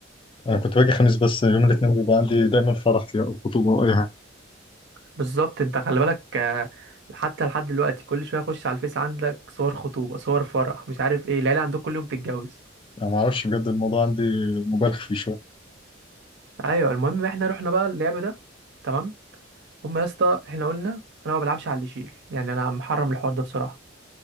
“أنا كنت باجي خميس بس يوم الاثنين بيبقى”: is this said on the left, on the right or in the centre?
Left